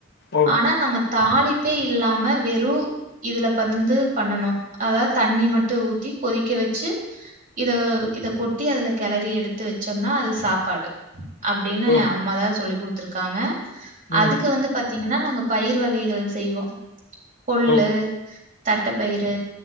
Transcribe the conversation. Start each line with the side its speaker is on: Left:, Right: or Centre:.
Left: ஓ
Right: ஆனா நம்ம தாலிப் ப்பே இல்லாம வெறு இதுல பந்து பண்ணணு அதாவது தண்ணி மட்டு ஊத்தி கொதிக்க வச்சி இத இத கொட்டி அதுல கெளரி எடுத்து வச்சோம்னா அது சாப்பாடு அப்டின்னு
Left: ஓ
Right: அம்மா தா சொல்லி குடுத் டுத்துருக்காங்க அதுக்கு
Left: ம்
Right: வந்து பாத்தீங்கன்னா நாங்க பயிர் வகைகள் செய்வோ கொள்ளு
Left: ஓ
Right: தட்ட பயிறு